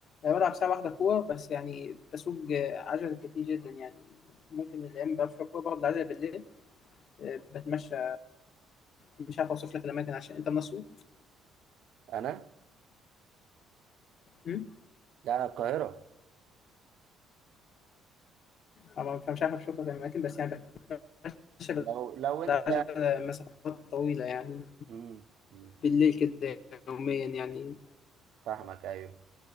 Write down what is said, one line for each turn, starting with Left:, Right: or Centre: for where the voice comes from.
Left: انا بلعب ساعة واحدة كورة بس يعني بسوق آه، عجل كتير جدا يعني ممكن الايام ما بلعبش كورة باخد العجلة بالليل آه، بتمشى مش عارف اوصف لك الاماكن عشان انت من اسيوط
Right: انا
Left: أمم؟
Right: لا انا القاهره
Left: طبعاً فمش عارف اوصف لك الاماكن بس يعني بتمشى
Right: لو لو انت
Left: بالعجله مسافات طويله يعني
Right: مم. مم.
Left: بالليل كده يوميا يعني
Right: فاهمك ايوه